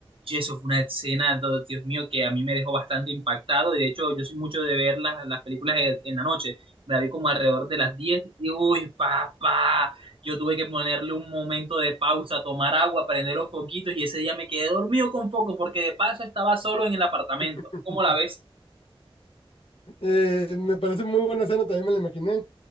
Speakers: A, on the right; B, on the left.
A: Y eso fue una escena, do- Dios mío, que a mí me dejó bastante impactado y de hecho yo soy mucho de ver las, las películas en en la noche. Me la vi como alrededor de las 10 y uy, papá. Yo tuve que ponerle un momento de pausa, tomar agua, prender los foquitos y ese día me quedé dormido con foco porque de paso estaba solo en el apartamento.
B: <laughs>
A: ¿Cómo la ves?
B: Eh, me parece muy buena escena, también me la imaginé,